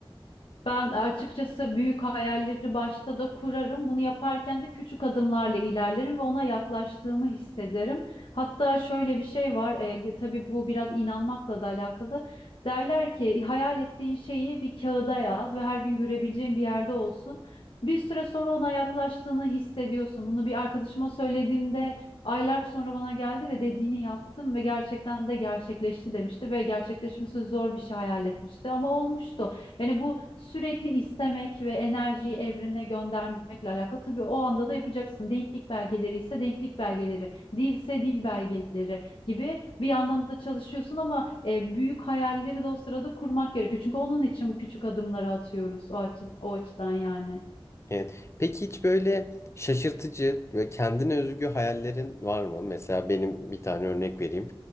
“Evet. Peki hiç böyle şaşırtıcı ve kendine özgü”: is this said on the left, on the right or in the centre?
Left